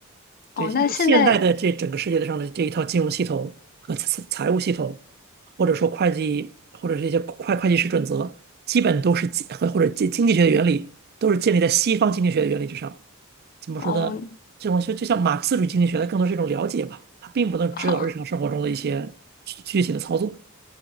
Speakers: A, on the right; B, on the left.
A: 对，
B: 哦，
A: 因为现代的这整个世界上的这一套金融系统和财财务系统，
B: 那现在
A: 或者说会计，或者是一些会会计师准则，基本都是基和或者经经济学的原理，都是建立在西方经济学的原理之上。怎么说呢？
B: 哦。
A: 这种就就像马克思主义经济学，它更多是一种了解吧，它并不能指导日常生活中的一些具具体的操作。
B: <laughs>